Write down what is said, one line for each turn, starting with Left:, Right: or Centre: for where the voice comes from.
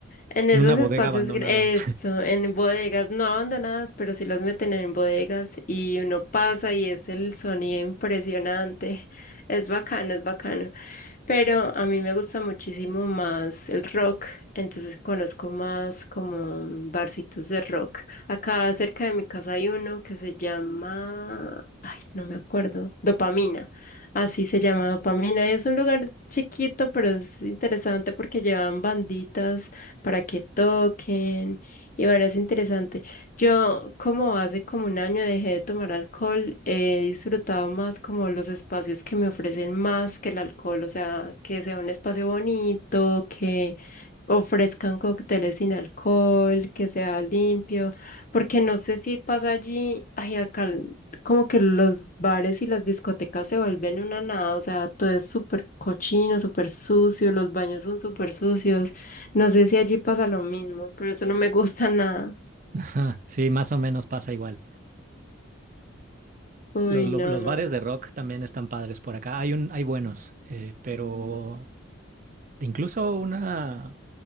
Left: en esos
Right: En una bodega
Left: espacios,
Right: abandonada.
Left: gr- eso, en bodegas, no abandonadas, pero sí los meten en bodegas y uno pasa y es el sonido impresionante. <laughs> Es bacano, es bacano. Pero a mí me gusta muchísimo más el rock, entonces conozco más como barcitos de rock. Acá cerca de mi casa hay uno que se llama, ay, no me acuerdo, Dopamina. Así se llama Dopamina y es un lugar chiquito, pero es interesante porque llevan banditas para que toquen y bueno, es interesante. Yo, como hace como un año dejé de tomar alcohol, he disfrutado más como los espacios que me ofrecen más que el alcohol, o sea, que sea un espacio bonito, que ofrezcan cócteles sin alcohol, que sea limpio, porque no sé si pasa allí, ay, acá l- como que los bares y las discotecas se vuelven una nada, o sea, todo es súper cochino, súper sucio, los baños son súper sucios, no sé si allí pasa lo mismo, pero eso no me gusta nada.
Right: <laughs> Sí, más o menos pasa igual.
Left: Uy,
Right: Los, lo-
Left: no,
Right: los
Left: no.
Right: bares de rock también están padres por acá. Hay un, hay buenos, eh, pero incluso una,